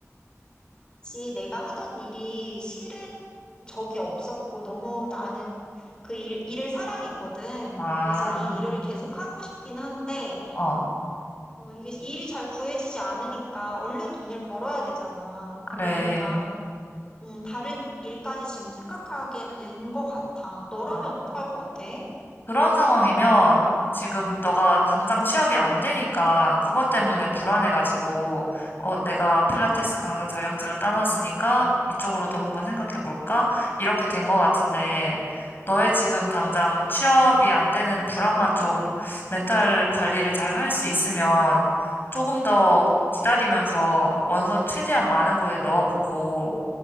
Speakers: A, on the left; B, on the left.
A: 지 내가 하던 일이 싫은 적이 없었고 너무 나는 그 일, 일을 사랑했거든.
B: 아,
A: 그래서 이 일을 계속 하고 싶긴 한데
B: 어,
A: 어, 이게 일이 잘 구해지지 않으니까 얼른 돈을 벌어야 되잖아.
B: 그래.
A: 그러니까 음, 다른 일까지 지금 생각하게 된 것 같아. 너라면
B: 아.
A: 어떡할 것 같아?
B: 그런 상황이면 지금 너가 당장 취업이 안 되니까 그것 때문에 불안해가지고, 어, 내가 필라테스 강사 자격증을 따놨으니까 이쪽으로도 한번 생각해 볼까? 이렇게 된 것 같은데, 너의 지금 당장 취업이 안 되는 불안만 좀 멘탈 관리를 잘 할 수 있으면 조금 더 기다리면서 원서 최대한 많은 곳에 넣어보고,